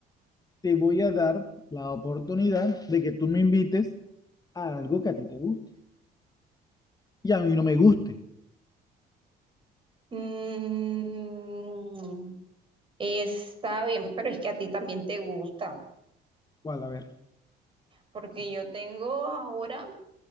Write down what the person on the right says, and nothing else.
Mm, está bien, pero es que a ti también te gusta.
Porque yo tengo ahora,